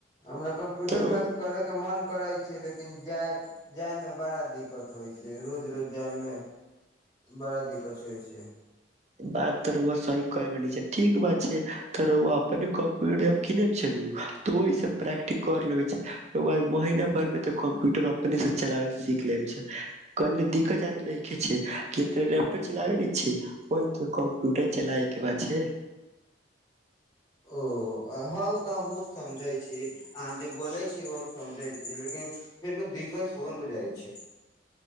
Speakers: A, on the left; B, on the right.
A: हमरा कम्प्यूटर
B: तोरो
A: क्लास करे के मन करै छैय लेकिन जाइ जाइमे बड़ा दिक्कत होइ छैय रोज रोज जाइमे बड़ा दिक्कत होइ छैय।
B: बात तऽ रउआ सही कहि बानि छैय। ठीक बात छैय त रउआ अपने कंप्यूटरब किने छै नु त ओइ से प्रैक्टिक कर ले छैय रउआ महीना भर में ते कंप्यूटर नी से चलाबल सीख ले छैय। कनि दिक्कत आदी नहिखे छै के लैपटोप चलाबे नै छी ओ त कम्प्युट चलायके बात छै
A: ओ हँ ओ तऽ हमहुँ समझै छी आँह जे बोलै छी ओ हम समझै छी लेकिन फेनो दिक्कत हो ने जाइ छै